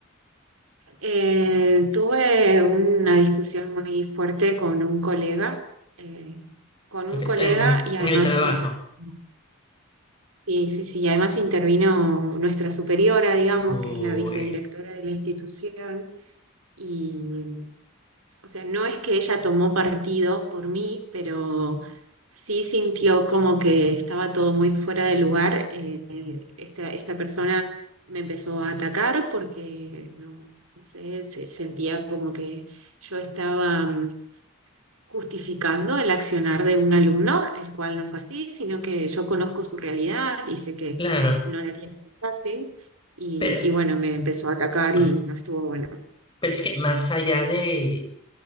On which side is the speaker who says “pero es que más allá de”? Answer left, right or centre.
Left